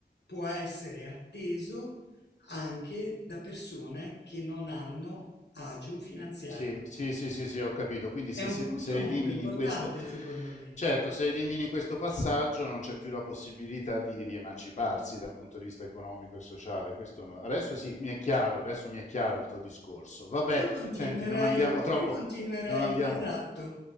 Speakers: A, on the left; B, on the left.
A: può essere atteso anche da persone che non hanno agio finanziario.
B: Sì, sì, sì, sì, sì, ho capito. Quindi
A: È
B: se,
A: un
B: se-
A: punto
B: se
A: molto
B: elimini
A: importante,
B: questo,
A: secondo me.
B: certo, se elimini questo passaggio non c'è più la possibilità di, di emanciparsi da un punto di vista economico e sociale. Questo, adesso sì, mi è chiaro, adesso mi è chiaro il tuo discorso. Vabbè,
A: Io continuerei,
B: senti, non andiamo troppo,
A: io continuerei,
B: non andiamo,
A: esatto,